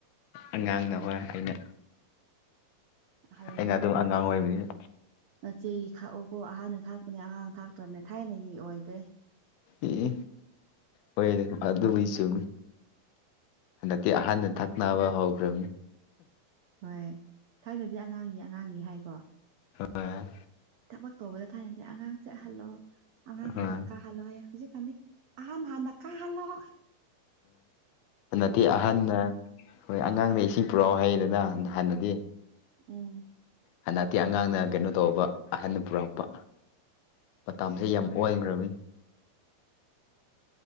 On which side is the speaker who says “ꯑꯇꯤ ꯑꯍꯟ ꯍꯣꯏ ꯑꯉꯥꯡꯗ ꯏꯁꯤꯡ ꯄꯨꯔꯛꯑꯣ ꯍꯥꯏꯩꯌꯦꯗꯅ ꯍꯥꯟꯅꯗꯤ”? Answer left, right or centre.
Left